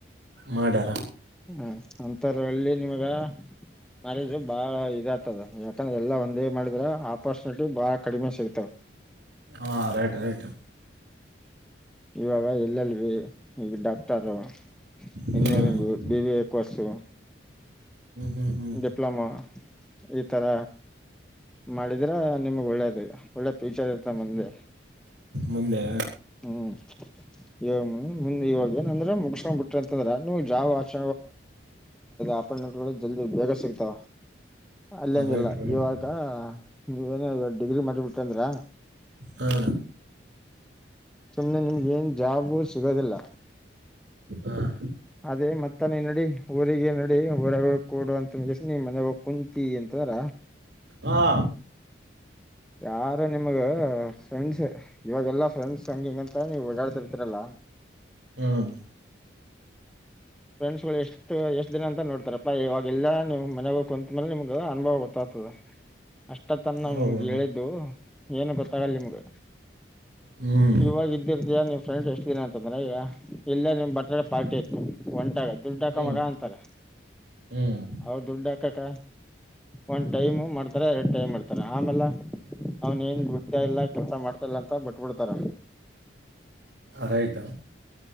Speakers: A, on the right; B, in the centre.
A: ಮಾಡ್ಯಾರ
B: ಹಾ ಅಂತರ ಎಲ್ಲಿ ನಿಮಗ ಕಾಲೇಜು ಬಾಳ ಇದ ಆತದ ಯಾಕಂದ್ರೆ ಎಲ್ಲಾ ಒಂದೇ ಮಾಡಿದ್ರ ಆಪರ್ಚುನಿಟಿ ಬಾಳ ಕಡಿಮೆ ಸಿಗ್ತಾವ
A: ಹಾ ರೈಟ್- ರೈಟ್
B: ಇವಾಗ ಎಲ- ಎಲ್ - ಬಿ ಈಗ ಡಾಕ್ಟರು
A: ಹ್ಮ್
B: ಇಂಜಿನಿಯರಿಂಗು ಬಿ -ಬಿ -ಎ ಕೋರ್ಸು..
A: ಹ್ಮ್ ಹ್ಮ್ ಹ್ಮ್
B: ಡಿಪ್ಲೊಮಾ ಈ ತರ ಮಾಡಿದ್ರ ನಿಮಗ್ ಒಳ್ಳೇದ ಒಳ್ಳೆ ಫ್ಯೂಚರ್ ಇತ್ತ ಮುಂದೆ
A: ಮುಂದೆ
B: ಹ್ಮ್ ಇ ಮುಂದೆ ಇವಾಗ ಏನಂದ್ರೆ ಮುಗಸ್ಕೊಂಡ್ ಬಿಟ್ಟ್ರಿಂತದ್ರ ನೀವ್ ಜಾವ್ ಆಚ ಆಪೆಂಟ್.. ಜಲ್ದಿ ಬೇಗ ಸಿಗ್ತಾವ ಅಲ್ಲಂಗಗಿಲ್ಲ
A: ರೈಟ್ ರೈಟ್
B: ಇವಾ.. ಅದ ನೀವೇನ ಡಿಗ್ರಿ ಮಾಡಿಬಿಟ್ಟಂದ್ರ..
A: ಹಾ
B: ಸುಮ್ನೆ ನಿಮ್ಗೆ ಏನ್ ಜಾಬು ಸಿಗೋದಿಲ್ಲ
A: ಹಾ
B: ಅದೇ ಮತ್ತ ನೀ ನಡಿ ಊರಿಗೆ ನಡಿ ಊರಾಗ ಕೊಡು ಅಂತನ್ ಕೆಸ ನಿಸ್ ಮನೆ ಹೋಗ ಕುಂತಿ ಅಂತದ್ರ..
A: ಹಾ
B: ಯಾರು ನಿಮಗ ಫ್ರೆಂಡ್ಸ್ ಇವಾಗೆಲ್ಲಾ ಫ್ರೆಂಡ್ಸ್ ಹ ಹಂಗಂತ ನೀವ್ ಓಡಾಡ್ತಿರ್ತೀರಲ್ಲ
A: ಹ್ಮ್
B: ಫ್ರೆಂಡ್ಸ್ಗಳು ಎಷ್ಟು ಎಷ್ಟ ದಿನ ಅಂತ ನೋಡ್ತಾರಪ್ಪ ಇವಾಗ ಎಲ್ಲಾ ನಿಮ್ ಮನೆ ಕುಂತ ಮೇಲೆ ನಿಮಗ ಅನುಭವ ಗೊತ್ತಾಗ್ತದೆ ಅಷ್ಟತ್ತನಮಗೆ..
A: ಹೌದ
B: ಇದು ಏನು ಗೊತ್ತಾಗಲ್ಲ ನಿಮ್ಗ
A: ಹ್ಮ್
B: ಇವಾಗ ಇದ್ದಿರ್ತಯ ನಿಮ್ ಫ್ರೆಂಡ್ ಎಷ್ಟ ದಿನ ಅಂತಂದ್ರೆ ಈಗ ಇಲ್ಲೇ ನಿಮ್ ಬರ್ತ್ಡೇ ಪಾರ್ಟಿ ಇತ್ತು ಒಂಟಾಗ ದುಡ್ಡು ಹಾಕ
A: ಹ್ಮ್
B: ಮಗ ಅಂತಾರೆ
A: ಹ್ಮ್
B: ಅವ ದುಡ್ಡು ಹಾಕಕ ಒಂದ್ ಟೈಮ್ ಮಾಡ್ತಾರೆ ಎರಡು ಟೈಮ್ ಮಾಡ್ತಾರ ಆಮೇಲ ಅವನ್ ಏನ್ ಬಿಡ್ತಾ ಇಲ್ಲ ಕೆಲ್ಸ ಮಾಡ್ತಾ ಇಲ್ಲ ಅಂತ ಬಿಟ್ಬಿಡ್ತಾರ
A: ಅ ರೈಟ್